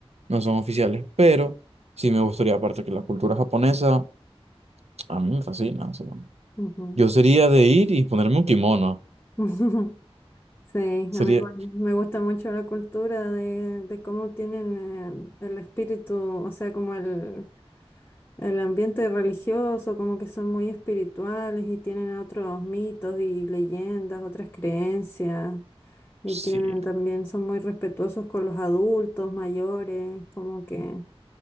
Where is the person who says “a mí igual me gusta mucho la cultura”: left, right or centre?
Left